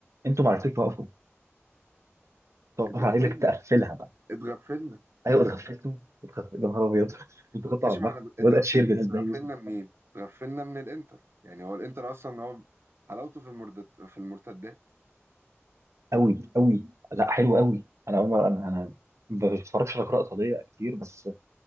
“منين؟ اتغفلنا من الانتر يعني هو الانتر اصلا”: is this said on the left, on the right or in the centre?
Right